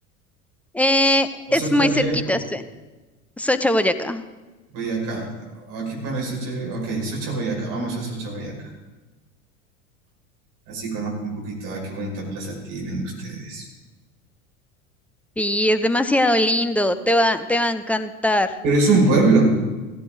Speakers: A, in the centre; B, on the right (about 50°).
A: Eh,
B: o
A: es
B: Socha
A: muy
B: Viejo,
A: cerquita, sí, Socha, Boyacá.
B: Boyacá. O Aquí pone Socha Viejo, ok, Socha Boyacá, vamos a Socha Boyacá. Así conozco un poquito, ah, qué bonita plaza tienen ustedes.
A: Sí, es demasiado lindo, te va, te va a encantar.
B: Pero es un pueblo.